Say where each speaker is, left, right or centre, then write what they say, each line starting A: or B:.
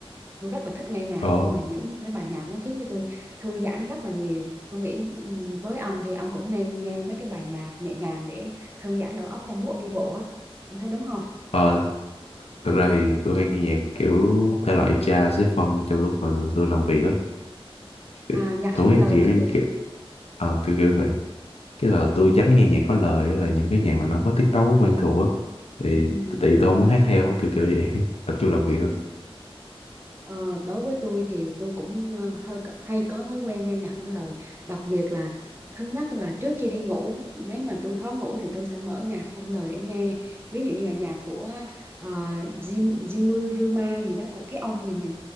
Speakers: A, on the right; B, on the left.
A: tôi rất là thích nghe nhạc
B: ờ
A: luôn mà những cái bài nhạc nó khiến cho tôi thư giãn rất là nhiều tôi nghĩ ừm, với ông thì ông cũng nên nghe mấy cái bài nhạc nhẹ nhàng để thư giãn đầu óc trong lúc ông đi bộ á ông thấy đúng không
B: Ờ, thực ra thì tôi hay nghe nhạc kiểu thể loại jazz với phân trong lúc mà tôi làm việc á. Kiểu-
A: à, nhạc
B: Tôi
A: không lời
B: nghĩ kiểu,
A: chứ
B: như
A: gì
B: kiểu, ờ, kiểu kiểu vậy. Cái là tôi tránh nghe nhạc có lời á, là những cái nhạc mà nó có tiết tấu quen thuộc á. Thì
A: ừ.
B: tại vì tôi không muốn hát theo á, kiểu kiểu vậy. <laughs> Tập trung làm việc
A: Ừ.
B: thôi.
A: Ờ, đối với tôi thì tôi cũng ờ, hơi có- hay có thói quen nghe nhạc không lời đặc biệt là thứ nhất là trước khi đi ngủ nếu mà tôi khó ngủ thì tôi sẽ mở nhạc không lời để nghe ví dụ như là nhạc của ờ, Jim Jimmy Rima gì đó của cái ông gì mà